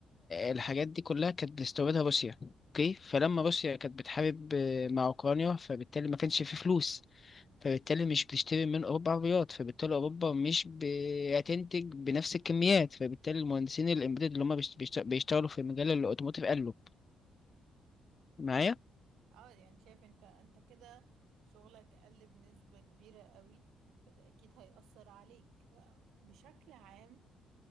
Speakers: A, on the left (about 35°); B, on the right (about 85°).
A: الحاجات دي كلها كانت بتستوردها روسيا اوكي فلما روسيا كانت بتحارب آه، مع اوكرانيا فبالتالي ما كانش في فلوس فبالتالي مش بتشتري من أوروبا عربيات فبالتالي أوروبا مش بتنتج بنفس الكميات فبالتالي المهندسين الإمبيدد اللي هم بيشت- بيشت- بيشتغلوا في مجال الأوتوموتيف قالوا
B: اوكي
A: معايا
B: اه يعني شايف انت انت كده شغلك قل بنسبة كبيرة قوي فده اكيد هيأثر عليك فبشكل عام